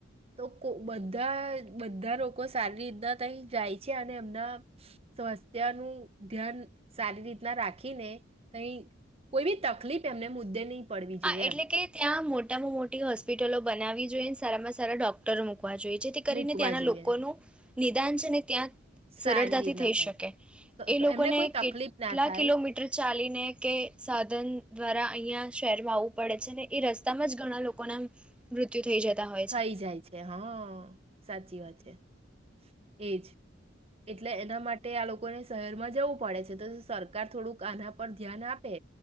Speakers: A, on the right; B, in the centre.
A: તો કો બધા બધા લોકો સારી રીતના તઈ જાય છે અને એમના સ્વાસ્થ્ય નું ધ્યાન સારી રીતના રાખીને તઈ કોઈ ભી તકલીફ એમને મુદ્દે નહીં પડવી
B: હા
A: જોઈએ
B: એટલે
A: એમ
B: કે ત્યાં મો ટામાંમોટી હોસ્પિટલો બનાવી જોઈને સારામાં સાર ડોક્ટરો મુક વા જોઈએ જેથી કરીને
A: મૂકવા
B: ત્યાંના
A: જોઈએ
B: લોકોનું નિધાંન છેને ત્યા
A: સારી
B: સરળતાથી
A: રીતના
B: થઈ
A: થાય
B: શકે.
A: તો-
B: એ
A: તો
B: લોકોને
A: એમને કોઈ તકલીફ
B: કેટલા
A: ના થાય
B: કિલોમીટર ચાલી ને કે સાધન દ્વારા અહીંયા શહેરમાં આવવું પડે છે ને એ રસ્તામાં જ ઘણા લોકો ના મૃત્યુ થઈ જતા હોય
A: થઈ
B: છે
A: જાય છે હ સાચી વાત છે એજ એટલે એના માટે આ લોકોને શહેરમાં જવું પડે છે તો સરકાર થોડુંક આના પર ધ્યાન આપે